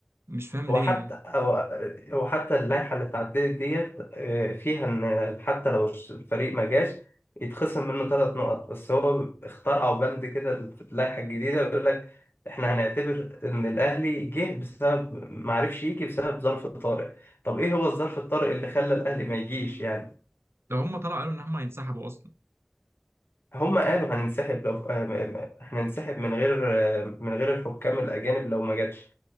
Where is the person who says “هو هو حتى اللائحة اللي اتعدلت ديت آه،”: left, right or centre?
Left